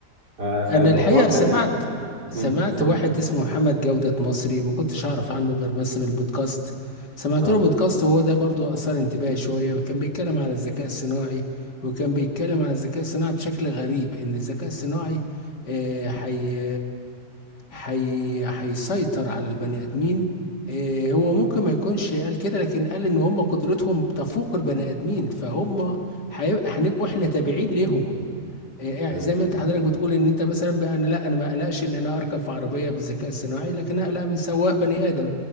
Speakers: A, on the right (about 65°); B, on the left (about 70°).
A: ف- فالموضوع
B: انا الحقيقة
A: طلع
B: سمعت سمعت
A: مم، اتفضل
B: واحد اسمه محمد جودة مصري ما كنتش اعرف عنه غير بس من البودكاست سمعت
A: اه
B: له بودكاست وهو ده برضو اثار انتباهي شوية كان بيتكلم على الذكاء الصناعي وكان بيتكلم على الذكاء الصناعي بشكل غريب ان الذكاء الصناعي آه، حي حي... هيسيطر على البني ادمين آه، هو ممكن ما يكونش قال كده لكن قال ان هم قدرتهم تفوق البني ادمين فهم هي- هنبقوا احنا تابعين ليهم آه،
A: مم.
B: زي ما انت حضرتك بتقول ان انت مثلا بقى انا لا انا ما اقلقش ان انا اركب في عربيه بالذكاء الصناعي لكن اقلق من سواق بني ادم